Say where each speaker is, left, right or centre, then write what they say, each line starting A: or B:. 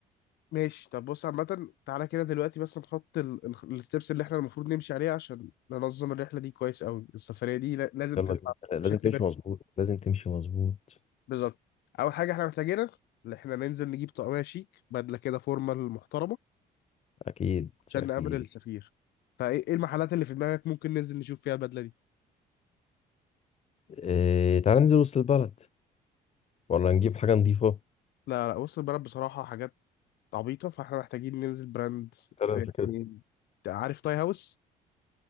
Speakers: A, on the left; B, on the left.
A: ماشي طب بص عامة تعالى كده دلوقتي بس نحط الستبس اللي احنا المفروض نمشي عليها عشان ننظم الرحلة دي كويس قوي السفرية دي لا- لازم
B: يلا
A: تطلع
B: بينا.
A: بشكل
B: لازم تمشي
A: بيرفكت
B: مظبوط لازم تمشي مظبوط
A: بالظبط أول حاجة احنا محتاجينها إن احنا ننزل نجيب طقمية شيك بدلة كده فورمال محترمة
B: اكيد
A: عشان
B: اكيد
A: نقابل السفير فايه ايه المحلات اللي في دماغك ممكن ننزل نشوف فيها البدلة دي
B: إيه تعال ننزل وسط البلد ولا نجيب حاجه نظيفه
A: لا لا بص البلد بصراحة حاجات عبيطة فاحنا محتاجين ننزل براند
B: كده في كده
A: يعني عارف تاي هاوس